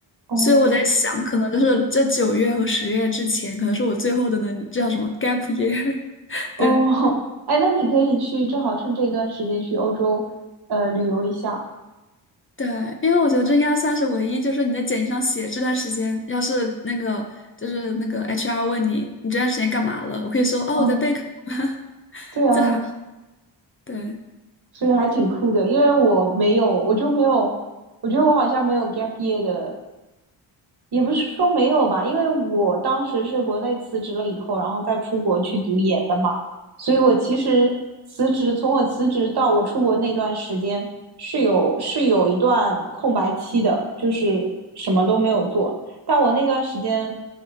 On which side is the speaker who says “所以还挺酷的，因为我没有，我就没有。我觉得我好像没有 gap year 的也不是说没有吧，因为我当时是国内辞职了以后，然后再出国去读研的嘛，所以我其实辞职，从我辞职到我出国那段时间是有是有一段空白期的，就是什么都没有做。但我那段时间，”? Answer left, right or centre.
Right